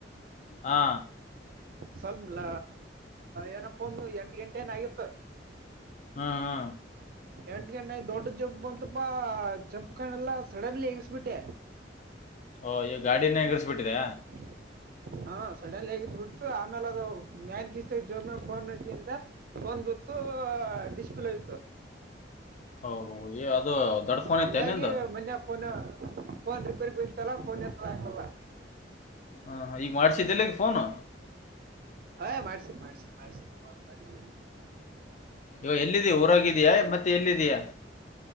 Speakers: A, on the left; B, on the right.
A: ಹಾ
B: ಸ್ವಲ್ಲ್ಲ ಏನಪ್ಪ ಅಂದ್ರೇ ಒಂದು ಎಂಟು ಗಂಟೆನೆ ಆಗಿತ್ತು.
A: ಹಾ ಹಾ
B: ಎಂಟ ಗಂಟೆಗೆ ದೊಡ್ಡ ಜಂಪ್ ಬಂತಪಾ ಜಂಪ್ ಕಾಣ ಎಲ್ಲಾ ಸಡನ್ಲಿ ಎಗಸ್ಬಿಟ್ಟೆ
A: ಓ ಈಗ ಗಾಡಿನೇ ಎಗರಿಸ್ಬಿಟ್ಟಿದೆ
B: <inaudible> ಹಾ ಸಡನ್ ಹೇಗಿ ಬಿಡ್ತು ಆಮೇಲೆ ಅದು ಮ್ಯಾನ್ ಗಿಸ್ ಜೋಬ ಮೇ ಫೋನ್ ಇಟ್ಲಿಂದ. ಫೋನ್ ಬಿತ್ತು ಡಿಸ್ಪ್ಲೇ ಹೋಯ್ತು.
A: ಹ ಹ ಅದು ದೊಡ್ಡ
B: ಆ,
A: ಫೋನ್ ಐತೆ
B: ಹಂಗಾಗಿ
A: ಏನ್ ನಿಂದು.
B: ಮೊನ್ನೆ ಫೋನ್ ಫೋನ್ ರಿಪೇರ್ ಬಯತಲ್ಲ ಫೋನ್ ಎತ್ತಕಲ್ಲ.
A: ಹಾ ಈಗ ಮಾಡ್ಸಿದ್ದೆಲ್ಲಗೆ ಫೋನು.
B: ಹೇ ಮಾಡಾರ್ಸನ್ ಮಾಡಾರ್ಸನೀ ಮಾಡಸನೀ ಫೋನ್ ಮಾಡಸನ್.
A: ಈವಾಗ ಎಲ್ಲಿದೀ ಊರಾಗಿದ್ಯಾ ಮತ್ತೆ ಎಲ್ಲಿದಿಯಾ.